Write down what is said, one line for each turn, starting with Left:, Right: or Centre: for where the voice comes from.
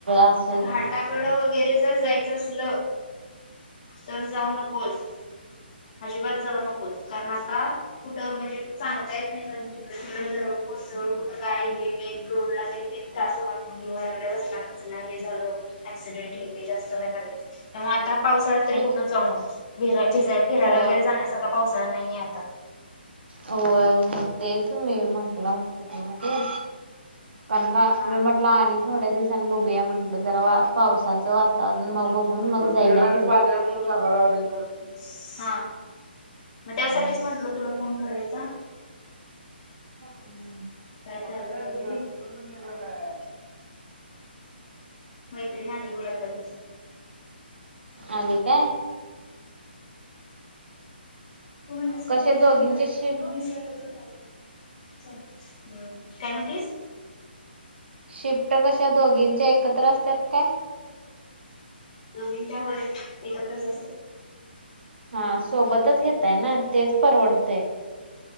Right: अस
Left: घाटाकड वगैरे जर जायचं असल तर जाऊ नकोस. अजिबात जाऊ नको कारण आता कुठं म्हणजे सांगता येत नाही म्हणज त ज काय हे मे रोड ला त्रास वग रस्त हे झालं क्सिडेंट येते जास्त व्हाय लागलं. मग आता पावसाळा तरी
Right: हो
Left: फुटून जाऊ नको भिरा भिजला फिरायला
Right: हो
Left: वगैरे जाण्यासारखा पावसाळा नाहीये आता
Right: हो. तेच मी म्हटलं हॉस्पिटलमध्येध्ये कनका
Left: हा
Right: मी म्हटलं आ थोड्या दिवसांनी बघूया म्हटलं जरा पावसाचं वातावरण मग बघून मग जायला. त्यां <unintelligible>
Left: हा मग त्यासाठीच
Right: हम्म
Left: म्हटल तुला फोन करायचा.
Right: हम्. <unintelligible>
Left: काय चाललंय वगैरे
Right: डलं <inaudible>
Left: मैत्रिणी आली बघ आत्ताच.
Right: आले काय?
Left: तू म्हणलीस
Right: कशे
Left: बिर्याणी
Right: दोघींचे
Left: आणणार आहे
Right: शि
Left: मी नाही <unintelligible> काय म्हटलीस?
Right: शिफ्ट कशा दोघींच्या एकत्र असतात काय?
Left: मामीच्या होय एकत्रच असतात.
Right: हा सोबतच घेेताय ना तेच परवडतेय.